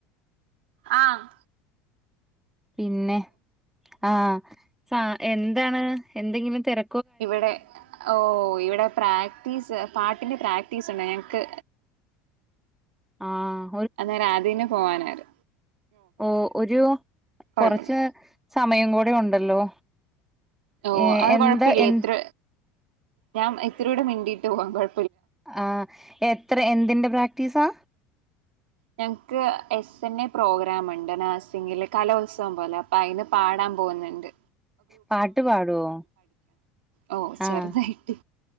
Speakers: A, on the right; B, in the centre.
A: ആഹ്
B: പിന്നെ ആ സാ എന്താണ് എന്തെങ്കിലും തെര
A: ഇവിടെ ഓ ഇവിടെ പ്രാക്ടീസ്, പാട്ടിന്റെ പ്രാക്ടീസ് ഉണ്ട് ഞങ്ങക്ക്
B: ആഹ്
A: അന്നേരം അതിന് പോവാനായ്ര്
B: ഓ ഒരു കൊറച്ച്
A: കൊഴപ്പില്ല
B: നേ സമയം കൂ ടേം ഉണ്ടല്ലോ..
A: ഓ
B: ഏഹ്
A: അത്
B: എന്താ
A: കൊഴപ്പല്ല.
B: എ
A: ഇത്ര ഞാൻ ഇത്തിരൂടെ മിണ്ടി ട്ടു പോവാം കൊഴ
B: ആഹ് എത്ര എന്തിന്റെ പ്രാക്റ്റിസാ?
A: ഞങ്ങക്ക് എസ് എൻ എ പ്രോഗ്രാംണ്ട് നേഴ്‌സിംഗില് കലോത്സവം പോലെ അപ്പൊ അയിന് പാടാൻ പോകുന്ന്ണ്ട്.
B: പാട്ട് പാടുവോ
A: ഓ ചെറുതായിട്ട്
B: ആഹ്